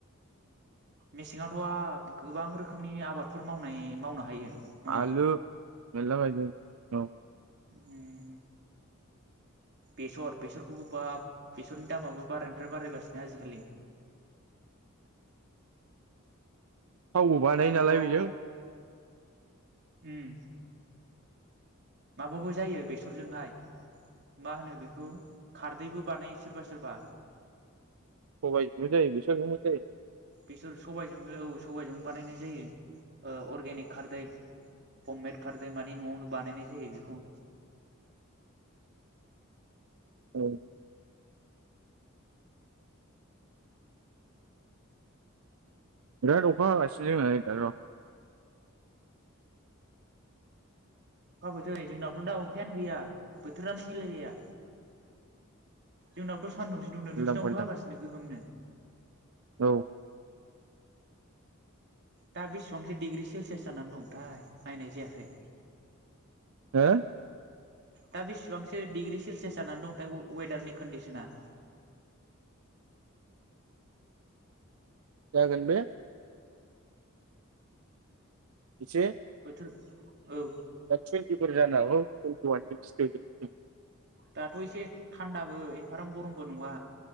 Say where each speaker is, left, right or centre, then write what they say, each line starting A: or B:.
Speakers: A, on the right (about 55°); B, on the right (about 80°).
A: मेसेङावथ' आब गोबां रोखोमनि आबादफोर मावनाय मावनो हायो नङा
B: आलु मेरला गायजायो औ
A: होम बेसर बेसरखौबो बाब बेसरनि दामाबो बारायनायनिफ्राय बारायगासिनो आजिखालि
B: थावबो बानायो
A: आरोबाव
B: नालाय बेजों
A: उम माबाबो जायो बेसरजोंहाय मा होनो बेखौ खारदैबो बानायो सोरबा सोरबा
B: सबाइजोंबो जायो बेसरजोंबो जायो
A: बिसोर सबाइजोंबो औ सबाइजों बानायनाय जायो ओ अर्गेनिक खारदै हममेड खारदै मानि न'आवनो बानायनाय जायो बेखौ
B: औ बिराद अखा हागसि जोंना नै दा
A: अखाबोथोर नै जोंनावथ' दा अखायानो गैया बोथोरानो मिलाय लाया जों <unintelligible> सानदुंसो दुंदों नोंसिनावबो
B: उल्दां फाल्दां
A: हागासिनो गोगोमनो
B: औ
A: दा बेसेबांसो डिग्रि सेलसियास जानानै दंथाय नायनाय जायाखै
B: हो
A: दा बेसेबांसो डिग्रि सेलसियास जानानै दंथाय वेदारनि कन्डिसना
B: जागोन बे एसे
A: बोथोर औ।
B: दा थुइनथिफोर जानो हागौ थुनथिववान, थुनथिथु
A: दाथ' एसे थान्दाबो एफारां गरमबो नङा।